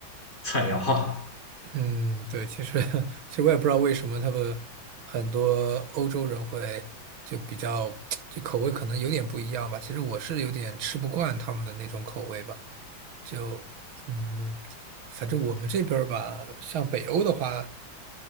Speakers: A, on the left; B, on the right.
A: 菜肴哈。<laughs>
B: 嗯，对，其实 <laughs> 其实我也不知道为什么他们很多欧洲人会就比较 <tsk> 就口味可能有点不一样吧。其实我是有点吃不惯他们的那种口味吧。就嗯，反正我们这边儿吧，像北欧的话。